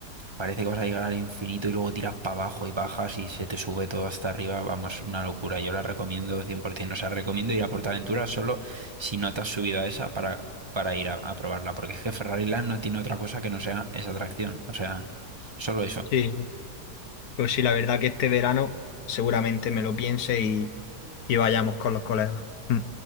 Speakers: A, on the right; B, on the left.
A: Parece que vas a llegar al infinito y luego tiras para abajo y bajas y se te sube todo hasta arriba. Vamos, una locura. Yo la recomiendo 100%. O sea, recomiendo ir a PortAventura solo si no te has subido a esa para, para ir a, a probarla. Porque es que Ferrari Land no tiene otra cosa que no sea esa atracción. O sea, solo eso.
B: Sí, sí. pues sí, la verdad que este verano seguramente me lo piense y, y vayamos con los colegas. Mm.